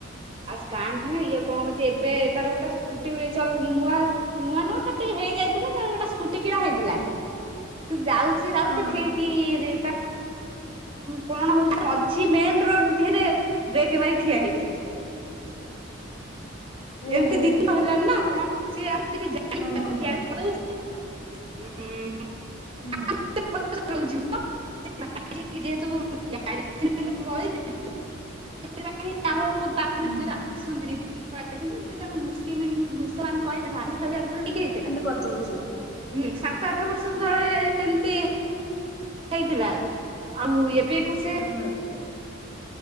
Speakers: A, on the right; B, on the left.
A: ଆଉ ସ୍କାନ ଫାନେ ଇଏ କଣ କରିଛି ଏବେ ତାର ଗୋଟେ ସ୍କୁଟି ବି ଚଳୁ ନୂଆ ନୂଆ ନୂଆ ତ ଟିକେ ହେଇଯାଇଥିଲା ତ ଗୋଟେ ସ୍କୁଟି କିଣା ହେଇଥିଲା ସେ ଯାଉ ସେ ଯାଉଛି
B: ହଁ
A: ଠିକିରେ ତ କଣ ହଉଛି ମଝି ମେନ୍ ରୋଡ୍ ଧିରେ ବ୍ରେକ୍ ମାରି ଠିଆ ହେଇଯାଇଛି
B: ଓହୋ
A: ଏମିତି ଦିି ତିନି ଟା ହେଲାଣି ନା କଣ ସିଏ ଆଉ କିଛି ଜାଣି
B: ହଁ
A: ପାରୁନି
B: ହଁ
A: ଉଁ
B: ହଁ
A: ଠିଆ କରିଦଉଚି ଉଁ
B: ଉଁ
A: <unintelligible> <unintelligible> ଯେହେତୁ ଗାଡି <unintelligible> ସେଇଥିପାଇଁ ଆଉ ତା <unintelligible>
B: ହୁଁ।
A: ଆସନ୍ତି ଦି ତିନ ଥର ଆଇଛନ୍ତି ସିଏ ଜଣେ ମୁସଲିମ୍ <unintelligible> ସେମାନଙ୍କୁ କହି <unintelligible> ଟିକେ ହେଇଥେଲା।
B: କରି ଦଉଚି।
A: ହୁଁ ସାତ ଆଠ ବର୍ଷ ତଳେ ଏମତି ହେଇଥିଲା ଆଉ ଏବେ ଏକୋଉଶି
B: ଉଁ ହୁଁ।